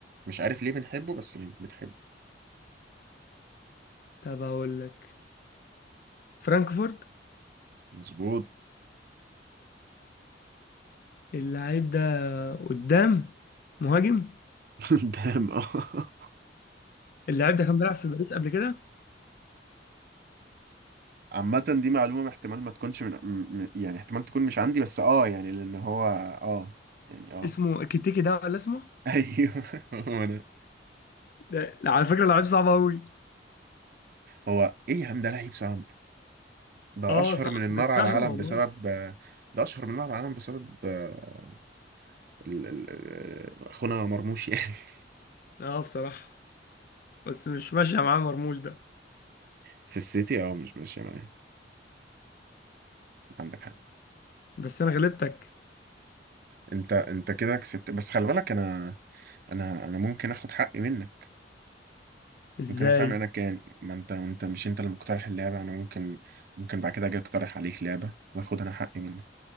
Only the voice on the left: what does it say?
طب اقول لك فرانكفورت
اللعيب ده قدام مهاجم
اللعيب ده كان بيلعب في باريس قبل كده
اسمه كيتيكي ده ولا اسمه
ده لا، على فكرة لعيب صعب قوي
اه
صعب
مش سهل
والله
اه بصراحة بس مش ماشية معاه مرموش ده
بس انا غلبتك
ازاي